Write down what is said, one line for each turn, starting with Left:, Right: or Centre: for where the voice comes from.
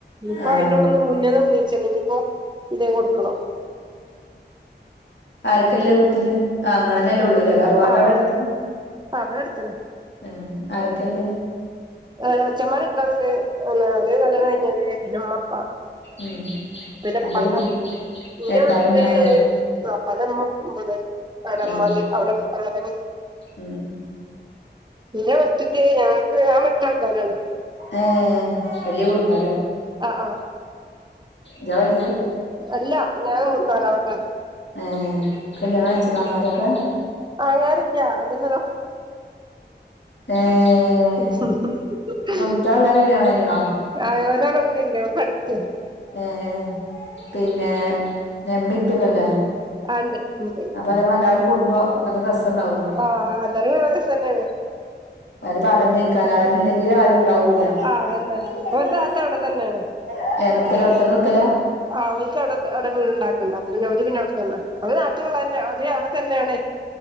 Right: ഇപ്പോ
Left: ആഹ്
Right: അയിന്റെ ഇള്ന്ന് മുന്ന്ന്ന് നിങ്ങിപ്പോ ഇതേ കൊടുക്കണം
Left: ആരക്കല്ലേ വീട്ടില് ആ ഇങ്ങളന്നെല്ലേ ഉള്ളൂലേ അതാ <unintelligible> പാട
Right: ആഹ്
Left: അവടെ
Right: ആഹ്
Left: എട്ത്താ
Right: ആഹ് ഇവിടെ അടുത്തന്നെ
Left: ഉം ആരൊക്കല്ലേ
Right: എളച്ചന്മാര് രണ്ടാള്ണ്ട് പിന്നെ അത് കല്യാണം കഴിഞ്ഞാണ് പിന്നെ ഉമ്മപ്പാ
Left: ഉം
Right: പിന്നെ ഉപ്പാന്റമ്മ
Left: അന്റെ വീട്ടിൽ
Right: ഇന്റെ
Left: ഏപ്പാന്റെ
Right: വീട്ടില്
Left: ഇമ്മണ്ടോ
Right: വാപ്പൻ്റെമ്മ ഇവടെ അവടെ
Left: ആഹ്
Right: ഉമ്മാൻ്റെ <unintelligible> അവടെ <unintelligible>
Left: ഉം
Right: എന്റെ വീട്ടിക്ക് ഞങ്ങക്ക് ഞാൻ പെരുത്ത ആൾക്കാരാണ്
Left: ആഹ് വലിയ കുടുംബാല്ലേ
Right: അഹ് ആഹ്
Left: ജ വൽ
Right: അല്ല ഞാൻ മൂത്തോലാ പർഞ്ഞേ
Left: ഏഹ് കല്യാണം കയ്ച്ച്ണോ ആങ്ങളാരൊക്കെ
Right: ആങ്ങളാരില്ല അതന്നെ
Left: ഏഹ്
Right: <unintelligible>
Left: പെൺകുട്ടികളെല്ലാരും
Right: <unintelligible>
Left: കല്യാണം കഴിഞ്ഞ്ണോ
Right: ആഹ് ഒരാള് കൂടിണ്ട് അവള് പഠിക്ക
Left: ഏഹ് പിന്നെ ഉമ്മി ഇപ്പക്ക ഇല്ലാ
Right: ആഹ് ഇണ്ട്
Left: അപ്പ നിങ്ങളെല്ലാരും കൂടുമ്പോ നല്ലരസ സം ഉണ്ടാവുവല്ലോ
Right: ആഹ് എല്ലാരും ഒരേസം തന്നെയാണ്
Left: ഉം അടഞ്ഞിക്കാ ആരില്ലെങ്കിലും ആരുണ്ടാവൂല്ല ഏഹ്
Right: ആഹ് അതന്നെ ഇപ്പൊ ഒരു താത്ത അവിടെ തന്നെയാണ്
Left: <unintelligible>
Right: ആഹ് അവർക്ക്ടെ അവിടെ വീടുണ്ടാക്കണ്ടാ പിന്നെ അവിടെ തന്നെ അവ നാട്ടിലുള്ള തന്നെ ഒ അവിടെ തന്നെയാണേ